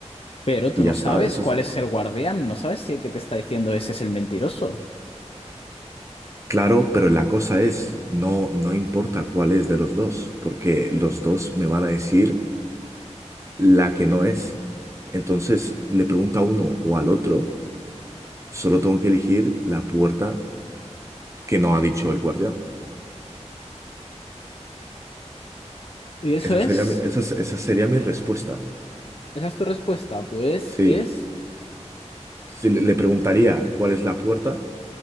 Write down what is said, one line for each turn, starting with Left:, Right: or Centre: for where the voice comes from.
Left: Pero tú
Right: Y
Left: no
Right: ya está,
Left: sabes
Right: eso
Left: cuál
Right: es.
Left: es el guardián, no sabes si el que te está diciendo ese es el mentiroso.
Right: Claro, pero la cosa es, no, no importa cuál es de los dos, porque los dos me van a decir la que no es. Entonces le pregunta a uno o al otro, solo tengo que elegir la puerta que no ha dicho el guardián.
Left: Y eso
Right: Esa
Left: es,
Right: sería mi, esa, es- esa sería mi respuesta.
Left: esa es tu respuesta. Pues
Right: Sí.
Left: es,
Right: Si le, le preguntaría cuál es la puerta